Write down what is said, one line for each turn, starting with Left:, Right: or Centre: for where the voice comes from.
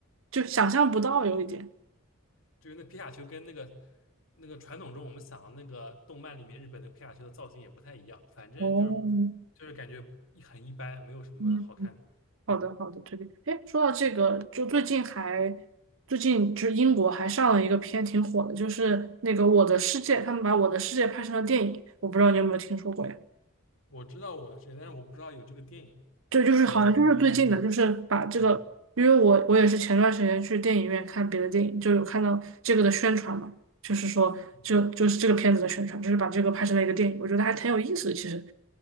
Right: 就想象不到有一点。
Left: 就是那皮卡丘跟那个那个传统中我们想的那个动漫里面日本的皮卡丘的造型也不太一样，反正就是
Right: 哦，
Left: 就是感觉一很一般，没有什么好看的。
Right: 嗯，好的好的，
Left: 嗯，
Right: 推荐。哎，说到这个，就最近还最近就是英国还上了一个片挺火的，就是那个《我的世界》，他们把《我的世界》拍成了电影，我不知道你有没有听说过呀？
Left: 我知道我的世界，但是我不知道有这个电影。
Right: 对，就是好像就是最近的，
Left: 可能是音乐，
Right: 就是把这个，
Left: 嗯
Right: 因为我我也是前段时间去电影院看别的电影，就有看到这个的宣传嘛，就是说就就是这个片子的宣传，
Left: 嗯，
Right: 就是把这个拍成了一个电影，我觉得还挺有意思的其实，